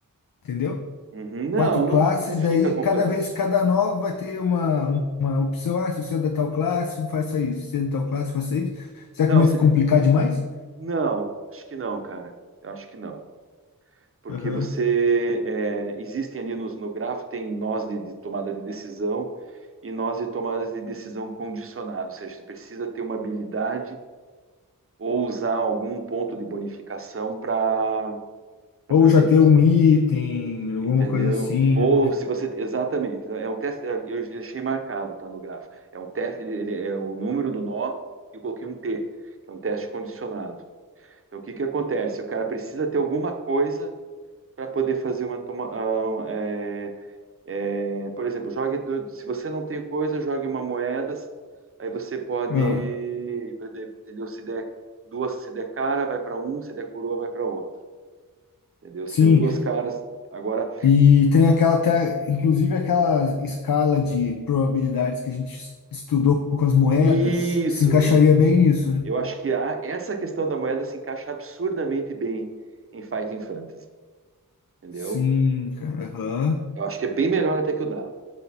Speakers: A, on the left (about 75°); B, on the right (about 40°).
A: entendeu?
B: Uhum. Não,
A: Quatro classes,
B: não, não fica
A: daí
B: complexo.
A: cada vez, cada nova vai ter uma, uma opção. Ah, se você é da tal classe, faça isso. Se você é da tal classe, faça isso. Será
B: Não,
A: que não
B: se-
A: vai complicar demais?
B: não, acho que não, cara. Eu acho que não. porque
A: Aham.
B: você é, existem ali nos, no grafo, tem nós de, de tomada de decisão e nós de tomadas de decisão condicionado, ou seja, você precisa ter uma habilidade ou usar algum ponto de bonificação para para
A: Ou
B: fazer
A: já ter
B: isso.
A: um item, alguma
B: Entendeu?
A: coisa assim,
B: Ou
A: né?
B: se você. Exatamente. É um teste. é, Eu deixei marcado, tá no gráfico. É um teste. Ele, ele é o número do nó e eu coloquei um T, que é um teste condicionado. Então, o que que acontece? O cara precisa ter alguma coisa para poder fazer uma toma, ah, é, É, por exemplo, jogue do- se você não tem coisa, jogue uma moeda. Aí você pode,
A: Ah,
B: entendeu? Se der duas, se der cara, vai para um, se der coroa, vai para outro. Entendeu?
A: sim,
B: Se deu duas caras, agora
A: E tem aquela até, inclusive aquela escala de probabilidades que a gente es- estudou com as moedas,
B: isso.
A: se encaixaria
B: Eu,
A: bem nisso, né?
B: eu acho que a, essa questão da moeda se encaixa absurdamente bem em Fighting Fantasy, entendeu?
A: Sim, cara. Aham.
B: Eu acho que é bem melhor até que o dado.